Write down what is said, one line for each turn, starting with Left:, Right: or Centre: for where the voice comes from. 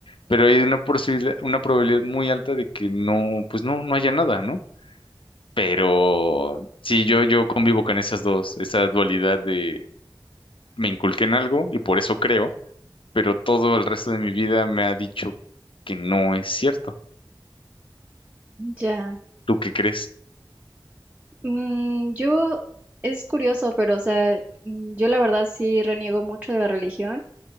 Left: pero hay una posibilidad, una probabilidad muy alta de que no, pues no, no haya nada, ¿no? Pero sí, yo, yo convivo con esas dos, esa dualidad de me inculqué en algo y por eso creo, pero todo el resto de mi vida me ha dicho que no es cierto.
Right: Ya.
Left: ¿Tú qué crees?
Right: Mm, yo, es curioso, pero, o sea, mm, yo la verdad sí reniego mucho de la religión.